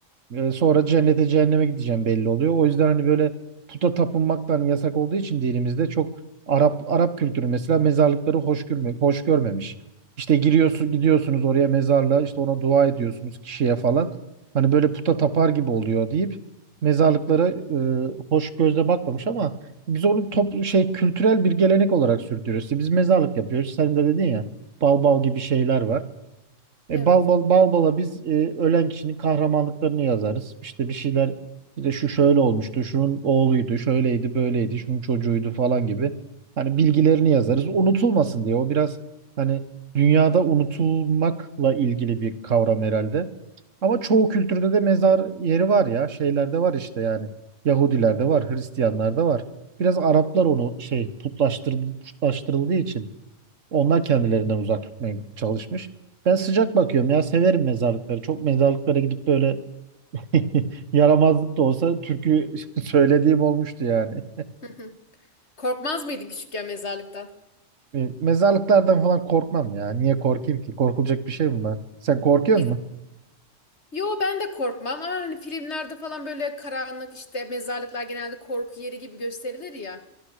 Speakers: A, on the right (about 75°); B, on the left (about 60°).
A: E, sonra cennete cehenneme gideceğim belli oluyor. O yüzden hani böyle puta tapınmak da hani yasak olduğu için dinimizde çok Arap Arap kültürü mesela mezarlıkları hoş görme, hoş görmemiş. İşte giriyorsun gidiyorsunuz oraya mezarlığa işte ona dua ediyorsunuz kişiye falan. Hani böyle puta tapar gibi oluyor deyip mezarlıklara e, hoş gözle bakmamış ama biz onu toplu şey kültürel bir gelenek olarak sürdürüyoruz. İşte biz mezarlık yapıyoruz. Sen de dedin ya bal bal gibi şeyler var. E,
B: evet.
A: bal bal bal bala biz e, ölen kişinin kahramanlıklarını yazarız. İşte bir şeyler işte şu şöyle olmuştu, şunun oğluydu, şöyleydi, böyleydi, şunun çocuğuydu falan gibi. Hani bilgilerini yazarız. Unutulmasın diye. O biraz hani dünyada unutulmakla ilgili bir kavram herhalde. Ama çoğu kültürde de mezar yeri var ya. Şeylerde var işte yani. Yahudilerde var, Hristiyanlarda var. Biraz Araplar onu şey putlaştırdı, putlaştırıldığı için onlar kendilerinden uzak tutmaya çalışmış. Ben sıcak bakıyorum ya severim mezarlıkları. Çok mezarlıklara gidip böyle <laughs> yaramazlık da olsa türkü <laughs> söylediğim olmuştu yani.
B: <laughs> Korkmaz mıydın küçükken mezarlıktan?
A: E, Mezarlıklardan falan korkmam ya. Niye korkayım ki? Korkulacak bir şey mi var? Sen korkuyor
B: Biz,
A: musun?
B: yo ben de korkmam ama hani filmlerde falan böyle karanlık işte mezarlıklar genelde korku yeri gibi gösterilir ya.